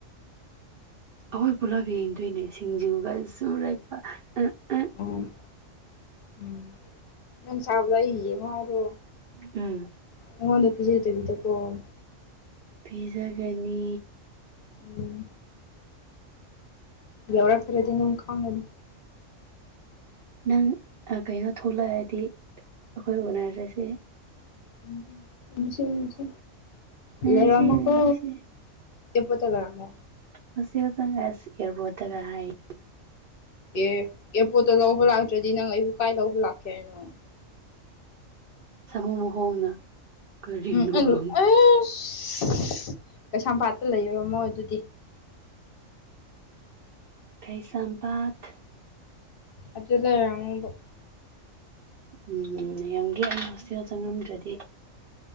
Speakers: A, on the right; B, on the left.
A: ꯑꯩꯈꯣꯏ ꯄꯨꯂꯞ ꯌꯦꯡꯗꯣꯏꯅꯦ ꯁꯤꯡꯖꯨꯒ ꯁꯨꯔꯒ ꯑ ꯑ
B: ꯎꯝ ꯎꯝ ꯅꯪ ꯆꯥꯕꯗꯣ ꯑꯩ ꯌꯦꯡꯉꯣ ꯍꯥꯏꯔꯣ
A: ꯎꯝ
B: ꯑꯩꯉꯣꯟꯗ ꯄꯤꯖꯗꯕꯤꯗꯀꯣꯝ
A: ꯄꯤꯖꯒꯅꯤ
B: ꯎꯝ ꯌꯧꯔꯛꯇ꯭ꯔꯗꯤ ꯅꯪ ꯈꯪꯉꯅꯤ
A: ꯅꯪ ꯀꯩꯅꯣ ꯊꯣꯛꯂꯛꯑꯗꯤ ꯑꯩꯈꯣꯏ ꯎꯅꯔꯁꯦ
B: ꯎꯝ ꯎꯅꯁꯦ ꯎꯅꯁꯦ
A: ꯉꯁꯤ
B: ꯂꯩꯔꯝꯃꯣꯀꯣ
A: ꯉꯁꯤ
B: ꯑꯦꯌ꯭ꯔꯄꯣꯠꯇ ꯂꯩꯔꯝꯃꯣ
A: ꯉꯁꯤꯈꯛ ꯆꯪꯈ꯭ꯔ ꯑꯁ ꯏꯌ꯭ꯔꯕꯣꯠꯇꯒ ꯍꯥꯏꯌꯦ
B: ꯑꯦ ꯑꯦꯌ꯭ꯔꯄꯣꯔꯠꯇ ꯂꯧꯕ ꯂꯥꯛꯇ꯭ꯔꯗꯤ ꯅꯪ ꯑꯩꯕꯨ ꯀꯥꯏ ꯂꯧꯕ ꯂꯥꯛꯀꯦ ꯍꯥꯏꯅꯣ
A: ꯁꯥꯃꯨꯨ ꯃꯈꯣꯡꯅ ꯀꯔꯤꯅꯣ
B: ꯎꯝ
A: ꯈꯪ
B: ꯑꯦꯁ ꯀꯩꯁꯥꯝꯄꯥꯠꯇ ꯂꯩꯔꯝꯃꯣ ꯑꯗꯨꯗꯤ
A: ꯀꯩꯁꯥꯝꯄꯥꯠ
B: ꯑꯗꯨꯗ ꯂꯩꯔꯥꯡꯃꯣꯡꯗꯣ
A: ꯎꯝ ꯌꯦꯝꯒꯦ ꯑꯩ ꯍꯣꯁꯇꯦꯜ ꯆꯪꯉꯝꯗ꯭ꯔꯗꯤ